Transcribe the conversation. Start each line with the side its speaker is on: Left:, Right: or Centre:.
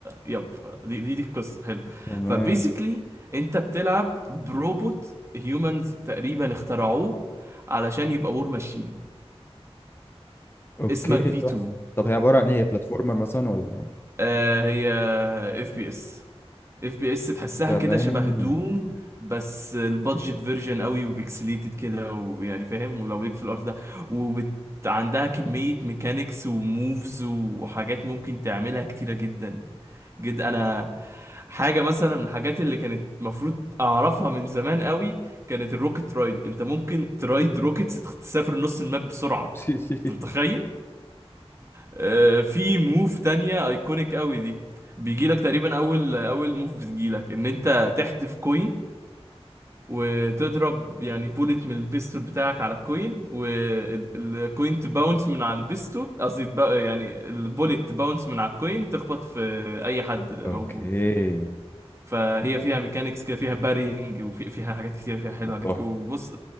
Right: يب ف... دي دي دي القصة حلو
Left: تمام
Right: فبيزيكلي انت بتلعب بروبوت هيومنز تقريبا اخترعوه علشان يبقى وور ماشين
Left: اوكي
Right: اسمك في
Left: تحفة
Right: 2
Left: طب هي عبارة عن ايه بلاتفورمر مثلا ولا
Right: آه هي اف بي اس اف بي اس تحسها
Left: تمام
Right: كده شبه دوم بس البادجت فيرجن قوي وبيكسليتد كده ويعني فاهم ولو ليك في الارت ده وبت عندها كمية ميكانيكس وموفز وحاجات ممكن تعملها كتيرة جدا جدا انا حاجة مثلا من الحاجات اللي كانت المفروض اعرفها من زمان قوي كانت الروكت رايد انت ممكن ترايد روكتس تسافر نص الماب بسرعة
Left: <laughs>
Right: انت متخيل آه، في موف تانية ايكونيك قوي دي بيجيلك تقريبا اول اول موف بتجيلك ان انت تحذف كوين وتضرب يعني بوليت من البيستول بتاعك على الكوين والكوين تباونس من على البيستول قصدي تبا- يعني البوليت تباونس من على الكوين تخبط في اي حد موجود
Left: اوكي
Right: فهي فيها ميكانيكس كده فيها بارينج وفيها حاجات كتير فيها حلوه
Left: طب
Right: حاجات
Left: تحفة
Right: كتير وبص